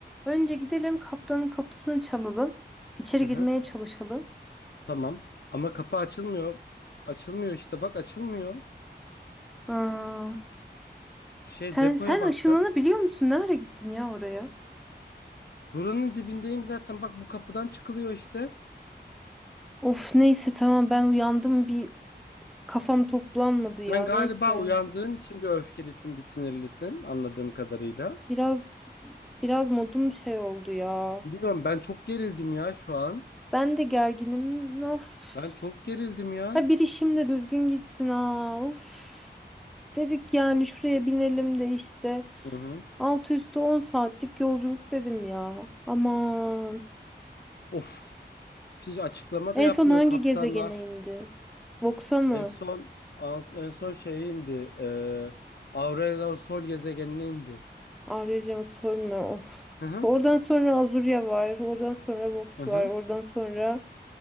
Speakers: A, in the centre; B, on the left.
A: Önce gidelim kaptanın kapısını çalalım. İçeri
B: Hı hı.
A: girmeye çalışalım.
B: Tamam. Ama kapı açılmıyor. Açılmıyor işte bak açılmıyor.
A: Aa,
B: Şey
A: sen
B: depoya
A: sen
B: baksak.
A: ışınlanı biliyor musun? Ne ara gittin ya oraya?
B: Buranın dibindeyim zaten bak bu kapıdan çıkılıyor işte.
A: Of neyse tamam ben uyandım bir kafam toplanmadı
B: Sen
A: ya
B: galiba
A: neyse.
B: uyandığın için bir öfkelisin, bir sinirlisin anladığım kadarıyla.
A: Biraz biraz modum şey oldu ya.
B: Bilmiyorum ben çok gerildim ya şu an.
A: Ben de gerginim. Of.
B: Ben çok gerildim ya.
A: Ha bir işim de düzgün gitsin ha. Of. Dedik yani şuraya binelim de işte.
B: Hı hı.
A: Altı üstü 10 saatlik yolculuk dedim ya. Aman.
B: Of. Hiç açıklama da
A: En
B: yapmıyor
A: son hangi
B: kaptanlar.
A: gezegene indi? Voxa mı?
B: En son ans- en son şeye indi. E, Aurelion Sol gezegenine indi.
A: Aurelion Sol mu? Of.
B: Hı hı.
A: Oradan sonra Azuria var. Oradan sonra Vox
B: Hı hı.
A: var. Oradan sonra